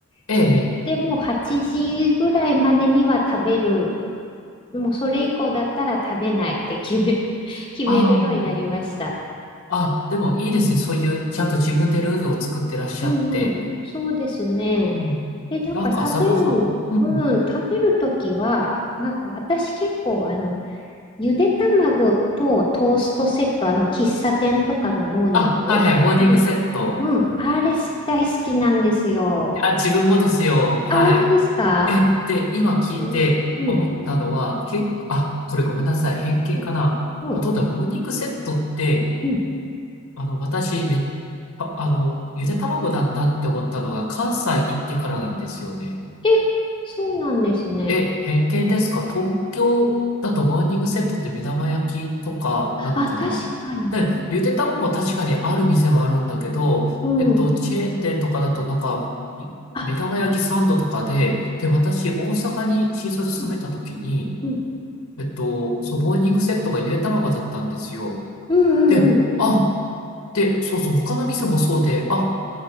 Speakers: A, on the left; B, on the left.
A: え、
B: そでも8時ぐらいまでには食べる。
A: ええ。
B: もうそれ以降だったら食べないって決め、<laughs> 決めるようになりました。
A: ああ、あ、でもいいですね。そういう、ちゃんと自分でルールを作ってらっしゃって。
B: うんうん。そうですね。
A: うん。
B: で、なんか食べる、
A: なんか朝ごはん。うんうん。
B: うん、食べるときは、なんか私結構あの、ゆで卵とトーストセット、あの、喫茶店とかのモーニング
A: あ、はいはい、モーニングセット。
B: あるじゃない。うん、あれす大好きなんですよ。
A: あ、自分もですよ。はい。
B: あ、本当ですか
A: え、で、今聞いて思ったのは、
B: ねうん。
A: 結構、
B: うん。
A: あ、これごめんなさい。偏見かな。
B: うん。
A: あ、どうだ、モーニングセットって、
B: うん。
A: あの、私、め、あ、あの、ゆで卵なんだって思ったのが、関西行ってからなんですよね。
B: え、そうなんですね。
A: え、偏見ですか東京だとモーニングセットって目玉焼きとかなのかなで、
B: あ、確かに。
A: ゆで卵確かにある店もあるんだけど、
B: うん。
A: えっと、チェーン店とかだとなんか、い目玉焼きサンドとかで、
B: あ、うん、
A: で、私、大阪に新卒勤めた時に、
B: うん、
A: えっと、そう、モーニングセットがゆで卵だったんですよ。
B: うん、
A: で、
B: うん、
A: あ、で、そうそう、他の店もそうで、あ、